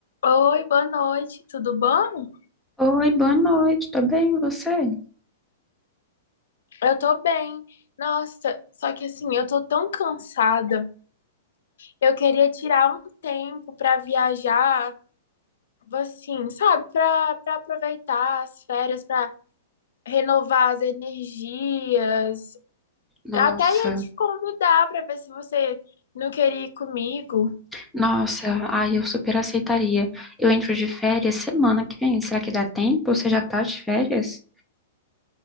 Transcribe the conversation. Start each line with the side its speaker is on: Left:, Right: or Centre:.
Left: Oi, boa noite, tudo bom?
Centre: Oi, boa noite, tô bem, e você?
Left: Eu tô bem. Nossa, só que assim, eu tô tão cansada. Eu queria tirar um tempo pra viajar, assim, sabe? Pra para aproveitar as férias, pra renovar as energias.
Centre: Nossa,
Left: Até ia te convidar pra ver se você não queria ir comigo.
Centre: nossa, ai, eu super aceitaria. Eu entro de férias semana que vem, será que dá tempo? Você já tá de férias?